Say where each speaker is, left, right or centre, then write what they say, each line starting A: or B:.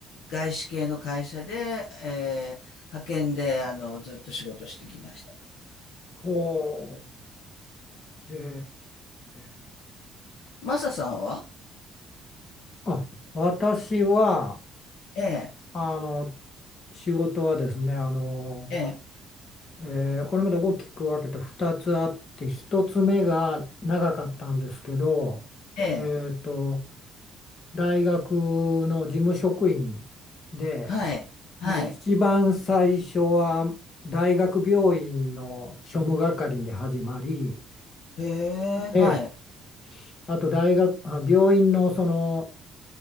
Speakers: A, on the left; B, on the left.
A: 外資系の会社で、えー派遣で、あの、ずっと仕事してきました。
B: ほう。えー
A: マサさんは
B: あ、私は、
A: ええ、
B: あの、仕事はですね、あの、
A: ええ、
B: えーこれまで大きく分けて2つあって、1つ目が長かったんですけど、
A: ええ、
B: えっと、大学の事務職員で、
A: はい、はい。
B: まあ、一番最初は大学病院の庶務係に始まり、
A: へえ、はい。
B: ええ、あと大学、あ、病院のその、